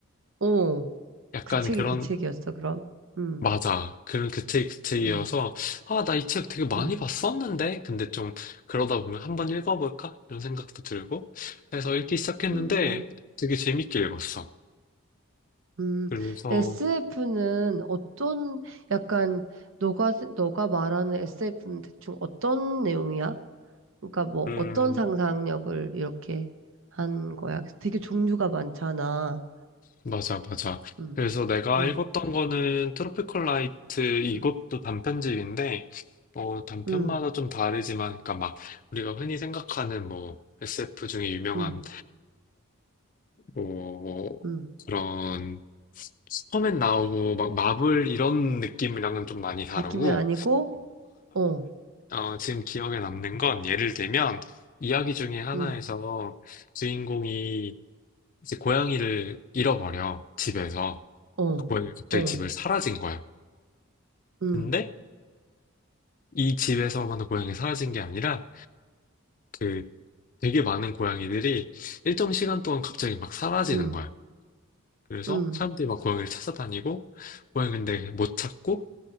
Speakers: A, on the right (about 65°); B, on the left (about 40°).
A: 어.
B: 약간
A: 그 책이
B: 그런,
A: 그 책이었어, 그럼? 음,
B: 맞아. 그런 그 책, 그 책이어서,
A: 음,
B: 아, 나 이 책 되게 많이
A: 음,
B: 봤었는데? 근데 좀 그러다 보면 한번 읽어볼까? 이런 생각도 들고. 그래서 읽기 시작했는데
A: 음,
B: 되게 재밌게 읽었어.
A: 음.
B: 그래서,
A: SF는 어떤, 약간, 너가, 세- 너가 말하는 SF는 대충 어떤 내용이야? 그러니까 뭐,
B: 음,
A: 어떤 상상력을 이렇게 한 거야? 되게 종류가 많잖아.
B: 맞아, 맞아.
A: 음,
B: 그래서 내가
A: 음,
B: 읽었던 거는 트로피컬 라이트 이것도
A: 음,
B: 단편집인데 어 단편마다
A: 음,
B: 좀 다르지만 그러니까 막 우리가 흔히 생각하는 뭐 SF 중에 유명한
A: 음,
B: 뭐, 뭐
A: 음.
B: 그런 슈퍼맨 나오고 막 마블 이런 느낌이랑은 좀 많이 다르고
A: 느낌이 아니고, 어,
B: 어, 지금 기억에 남는 건 예를 들면 이야기 중에 하나에서
A: 음,
B: 주인공이 이제 고양이를 잃어버려 집에서
A: 어,
B: 고양이 갑자기
A: 어,
B: 집을 사라진 거야.
A: 음,
B: 근데 이 집에서만 고양이 사라진 게 아니라 그 되게 많은 고양이들이 일정 시간 동안 갑자기 막 사라지는
A: 음,
B: 거야. 그래서
A: 음,
B: 사람들이 막 고양이를 찾아다니고 고양이 근데 못 찾고